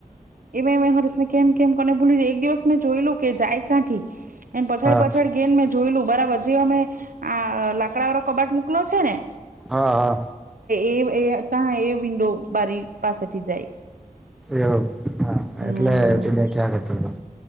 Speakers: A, on the right; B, in the centre.
A: એ અમે હર્શને કેમ કેમ કોને ભૂલી એક દિવસ મેં જોઈ લો કે જાય કાંઠી. એને પછાડ
B: હા
A: પછાડ ગેન મેં જોય લું બરાબર જે મેમે, આ લાકડા વાર કબાટ મોકલો છે, ને
B: હા હા
A: એ હ એ વિન્ડો બારી પાસે જાય.
B: એવું હા
A: હમ
B: એટલે ત ક્યાં કરતો હતો.